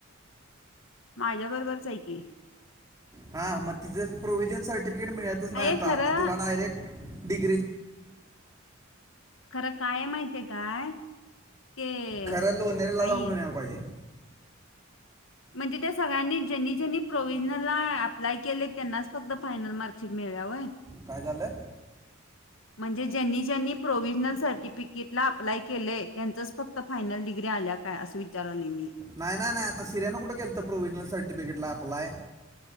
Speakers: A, on the left (about 70°); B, on the right (about 15°).
A: माझ्या बरोबरच हाय की.
B: हा मग तिच प्रोव्हीजन सर्टिफिकेट मिळतच नाही
A: अय
B: आता
A: खरं
B: आता तिला डायरेक्ट डीग्रीच
A: खरं काय हाय माहीती हाय काय? ते
B: खरं लोनारीला
A: आई
B: जाऊन घेवून यायला पाहिजे.
A: म्हणजे त्या सगळ्यांनी ज्यांनी ज्यांनी प्रोव्हिजनला अप्लाय केलय त्यांनाच फक्त फायनल मार्कशीट मिळा मिळल्या व्हय.
B: काय झालंय?
A: म्हणजे ज्यांनी ज्यांनी प्रोव्हिजनल सर्टिफिकेटला अप्लाय केलंय त्यांचंच फक्त फायनल डिग्री आल्या काय असं विचारालोय मी.
B: नाही नाही नाही आता शिर्यान कुठे केलंत प्रोव्हिजनल सर्टिफिकेट ला अप्लाय.